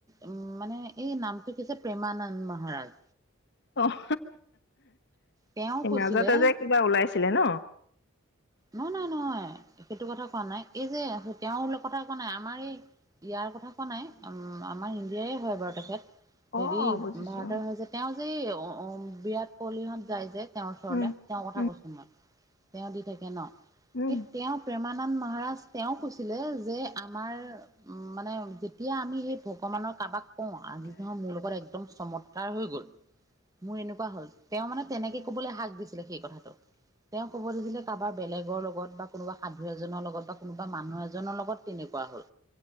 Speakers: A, on the right; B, on the left.
A: উম মানে এই নামটো কি যে, প্ৰেমানন্দ মহাৰাজ।
B: অ'
A: তেওঁ কৈছিলে
B: মাজতে যে কিবা ওলাইছিলে ন?
A: নহয় নহয় নহয়। সেইটো কথা কোৱা নাই, এই যে তেওঁলোকৰ কথা কোৱা নাই। আমাৰ এই ইয়াৰ কথা কোৱা নাই। আমাৰ ইণ্ডিয়াই হয় বাৰু তেখেত। হেৰি
B: অ বুজিছো
A: ভাৰতৰ হৈছে, তেওঁ- যে অ' বিৰাট কোহলিহঁত যায় যে তেওঁৰ ওচৰলে,
B: উম
A: তেওঁৰ কথা
B: উম
A: কৈছো মই। তেওঁ দি থাকি ন?
B: উম
A: হে তেওঁ প্ৰেমা মহাৰাজ তেওঁ কৈছিলে যে, আমাৰ উ মানে এতিয়া আমি সেই ভগৱানৰ কাৰোবাক কওঁ, আজি নহয় মোৰ লগত একদম চমৎ কাৰ হৈ গ'ল। মোৰ এনেকুৱা হ'ল। তেওঁ মানে তেনেকে ক'বলৈ হাক দিছিলে সেইকথাটো। তেওঁ ক'ব দিছিলে কাৰোবাৰ বেলেগৰ লগত বা কোনোবা সাধু এজনৰ লগত। লগত বা কোনোবা মানুহ এজনৰ লগত তেনেকুৱা হ'ল।